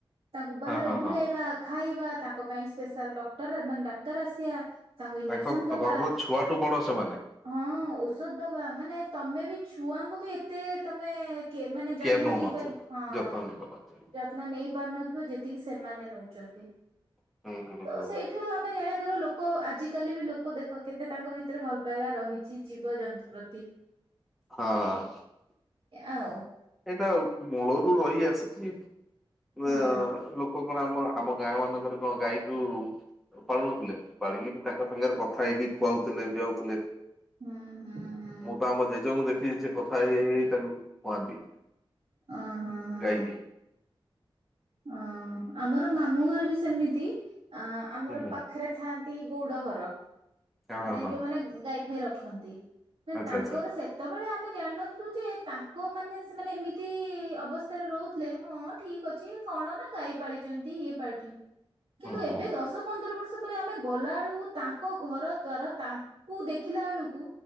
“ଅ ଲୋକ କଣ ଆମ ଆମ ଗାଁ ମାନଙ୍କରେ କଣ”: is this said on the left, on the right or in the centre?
Centre